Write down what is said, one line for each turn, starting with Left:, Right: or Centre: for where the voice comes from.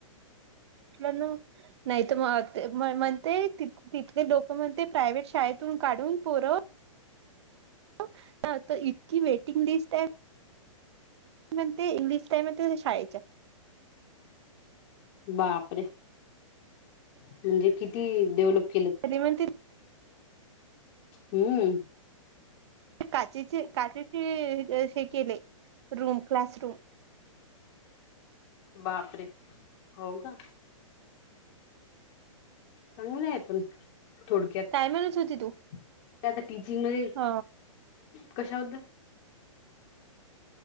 Right: लं ना नाहीत मग ते म्हण ते त. तिथले लोकं म्हण ते प्रायव्हेट शाळेतून काढून पोर. हो तर इतकी वेटिंग लिस्ट आहे. म्हण ते इंग्लिश टाई म्हण शाळेच्या.
Left: बापरे म्हणजे किती डेव्हलप केलं.
Right: त्या म्हण
Left: हम्म
Right: काचेचे काचेचे हे केले क्लास रूम.
Left: बापरे होका. चांगल आहे पण. थोडक्यात
Right: काय म्हणत होती तू
Left: आता टीचिंग मधे
Right: ह
Left: कशा होत.